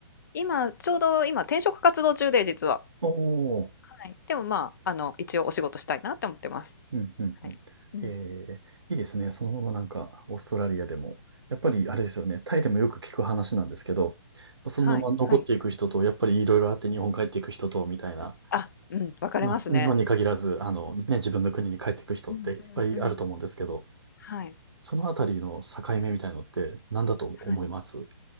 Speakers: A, on the left; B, on the right.
A: 今、ちょうど今、転職活動中で、実は。
B: おおー
A: はい。でもまあ、あの、一応お仕事したいなって思ってます。
B: うんうんうん。
A: はい。うん。
B: えー、いいですね。そのままなんか、オーストラリアでも。やっぱりあれですよね。タイでもよく聞く話なんですけど、まあそのまま残っていく人と、
A: はい。はい。
B: やっぱりいろいろあって日本帰っていく人と、みたいな。
A: あ、うん。分かれますね。
B: まあ、日本に限らず、あの、ね、自分の国に帰っていく人っていっぱいあると思うんですけど、
A: うんうんうん。はい。
B: そのあたりの境目みたいのって何だと思います
A: はい。